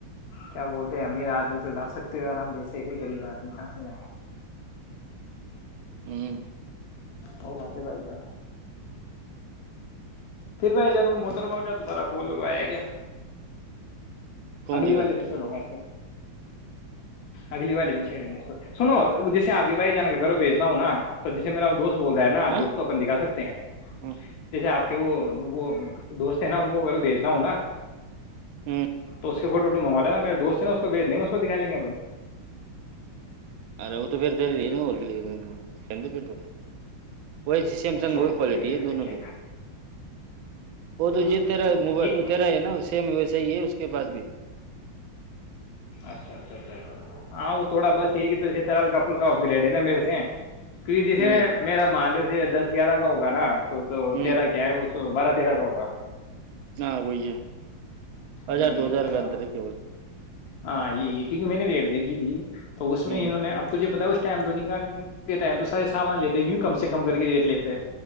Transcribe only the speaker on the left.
کیا بولتے ہیں امیر آدمی تو لا سکتے ہو آرام جیسے ایسے غریب آدمی کہاں سے لائے
ہو ود بھائی جان پھر بھائی جان محتر مل کا تبہارا گولول آیا گیا
اگلی
والے میں چلوں گا اگلی والے مچے رہیں گے سنو پ کے بھائی جان کے گوں بی بھیچنا ہوں نا تو جسے میرا وہ دوست بول رہا ہے نا تو
اس کو اپن دکھا سکتے ہیں
جیسے آپ کہ وہ وہ دوست ہے نا ان کو ایر بھیجنا ہوناا
تو اس کے فوٹو ووٹو منگو لےینا میرے دوست ہے نا اس کو بھیج دیں گے اس کو دکھا لیں گے اپن
چھوڑ
تو
پھر رہنے
دے کیا
ہاں
چھوڑ
یہ
اچھا اچھا اچھا اچھا ہاں وہ تھوڑا بس یہ ہیی تو ترال کپل کا اپ گریڈ لے لیں مے دسے کیک جیسے
میرا مالک دس گیارہ کا ہوگا نا تو تو
تیرا کیا ہے وہ بارہ پیرا کہ ہو گا
وہ یہ
فرق
ہاں یہ کیونکہ میں نے بھییٹ د کی تھی تو اس
میں انہوں نے اب تجھے بتایا اس ٹائم دھونی کا کے ٹائم تو سارے سامان لیتے ہوں کم سے کم کر کے ریٹ لیتے ہیں